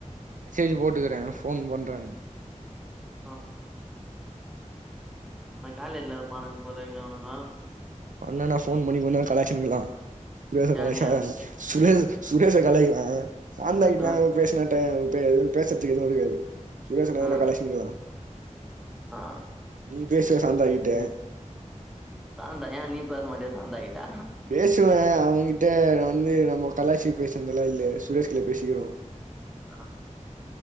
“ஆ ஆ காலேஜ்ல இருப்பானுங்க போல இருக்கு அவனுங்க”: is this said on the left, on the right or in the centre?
Centre